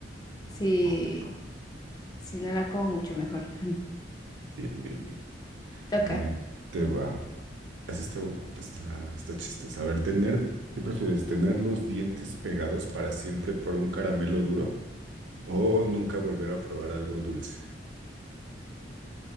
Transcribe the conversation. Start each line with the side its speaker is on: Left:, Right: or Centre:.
Left: sí,
Right: Ok, ok.
Left: si no la como mucho mejor. <laughs>
Right: Bien, bien, bien.
Left: Toca,
Right: Bueno, ahí te va. Eso está, está, está chistoso. A ver, tener, ¿qué prefieres? ¿Tener los dientes pegados para siempre por un caramelo duro o nunca volver a probar algo dulce?